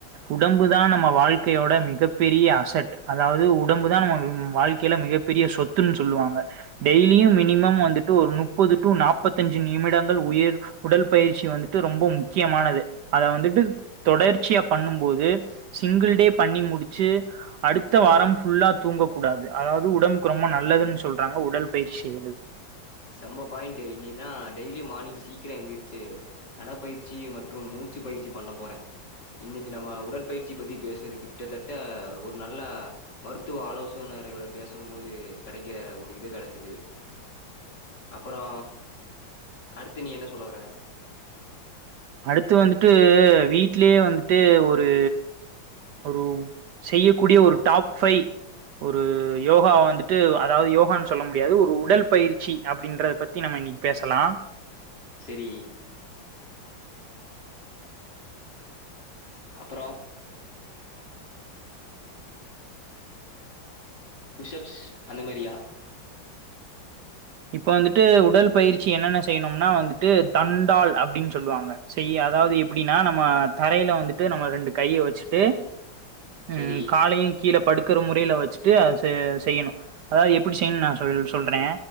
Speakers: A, on the right (about 70°); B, on the left (about 55°).
A: உடம்பு தா நம்ம வாழ்க்கையோட மிகப் பெரிய அசட் அதாது உடம்பு தான் நம்ம வாழ்க்கையில மிகப்பெரிய சொத்துன்னு சொல்லுவாங்க. டெய்லியும் மினிமம் வந்துட்டு ஒரு முப்பது டு நாப்பத்தஞ்சு நிமிடங்கள் உயர் உடல் பயிற்சி வந்துட்டு ரொம்ப முக்கியமானது அத வந்துட்டு தொடர்ச்சியா பண்ணும் போது சிங்கிள் டே பண்ணி முடிச்சு அடுத்த வாரம் ஃபுல்லா தூங்கக்க கூடாது அதாவது உடம்புக்கு ரொம்ப நல்லதுன்னு சொல்றாங்க உடல் பயிற்சிங்கறது
B: செம்ம பாயிண்ட்டு இனிதா டெய்லி மார்னிங் சீக்கரோ எந்திரிச்சி நடப்பயிற்சி மற்றும் மூச்சு பயிற்சி பண்ண போறே இன்னிக்கி நம்ம உடற்பயிற்சி பத்தி பேசினது கிட்டத்தட்ட ஒரு நல்ல மருத்துவ ஆலோசனையரோட பேசும் போது கெடைக்கிற ஒரு இது கெடச்சிது அப்றோ அடுத்து நீ என்ன சொல்ல வர
A: அடுத்து வந்துட்டு வீட்லேயே வந்துட்டு ஒரு ஒரு செய்யக்கூடிய ஒரு டாப் ஃபைவ் ஒரு யோகா வந்துட்டு அதாவது யோகான்னு சொல்ல முடியாது ஒரு உடல் பயிற்சி அப்படின்றத பத்தி நம்ம இன்னைக்கி பேசலா
B: சேரி அப்புறோ புஷ் அப்ஸ் அந்த மாரியா
A: இப்போ வந்துட்டு உடல் பயிற்சி என்னென்ன செய்யணும்னா வந்துட்டு தண்டாள் அப்டின்னு சொல்லுவாங்க செய் அதாது எப்டின்னா நம்ம தரையில வந்துட்டு நம்ம ரெண்டு கைய வெச்சுட்டு ம்
B: சரி,
A: காலையும் கீழ படுக்குற முறைல வெச்சுட்டு அ செ செய்யணு அதாது எப்டி செய்யணுன்னு நா சொல் சொல்றே